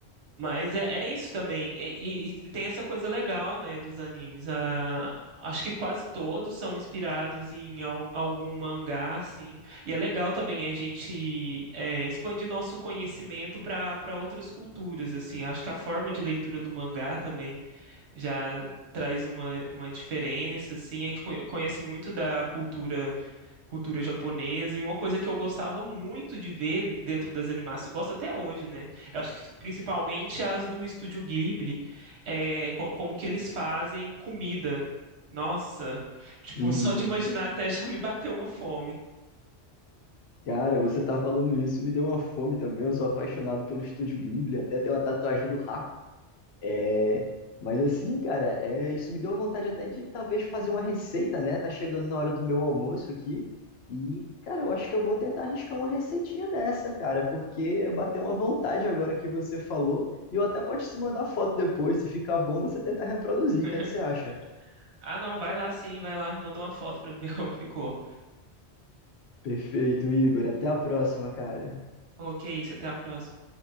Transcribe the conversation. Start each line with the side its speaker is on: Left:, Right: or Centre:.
Right: Mas é, é isso também. E, e- e tem essa coisa legal, né, dos animes. Ah, acho que quase todos são inspirados em al- algum mangá, assim. E é legal também a gente é, expandir nosso conhecimento para para outras culturas, assim. Acho que a forma de leitura do mangá também já traz uma, uma diferença, assim. A gente conhe- conhece muito da cultura cultura japonesa, e uma coisa que eu gostava muito de ver dentro das animações, gosto até hoje, né? Eu acho que principalmente as do Estúdio Ghibli, é, co- como que eles fazem comida. Nossa, tipo,
Left: Hum,
Right: só de imaginar até já me bateu uma fome.
Left: cara, você tá falando isso, me deu uma fome também. Eu sou apaixonado pelo Estúdio Ghibli, até tem uma tatuagem do Hakuna É, mas assim, cara, é, isso me deu vontade até de talvez fazer uma receita, né? Tá chegando na hora do meu almoço aqui. E, cara, eu acho que eu vou tentar arriscar uma receitinha dessa, cara, porque bateu uma vontade agora que você falou. E eu até posso te mandar foto depois. Se ficar bom, você tenta reproduzir.
Right: <laughs>
Left: O que é que você acha?
Right: Ah, não, vai lá sim, vai lá, manda uma foto pra me ver como que ficou.
Left: Perfeito, Igor. Até a próxima, cara.
Right: Ok, isso, até a próxima.